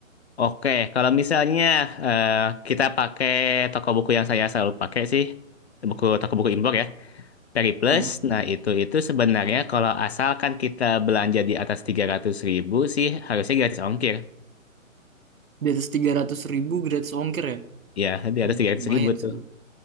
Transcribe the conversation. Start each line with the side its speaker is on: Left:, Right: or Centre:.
Left: Oke, kalau misalnya eh, kita pakai toko buku yang saya selalu pakai sih, buku toko buku impor ya. Periplus,
Right: Hmm.
Left: nah itu itu sebenarnya kalau asalkan kita belanja di atas 300 ribu sih harusnya gratis ongkir.
Right: Di atas 300 ribu gratis ongkir ya.
Left: Ya, di atas
Right: Lu-
Left: 300
Right: Lumayan
Left: ribu tuh.
Right: sih.